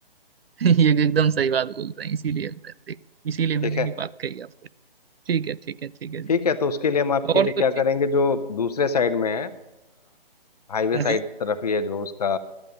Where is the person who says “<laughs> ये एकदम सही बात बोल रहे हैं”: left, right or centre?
Right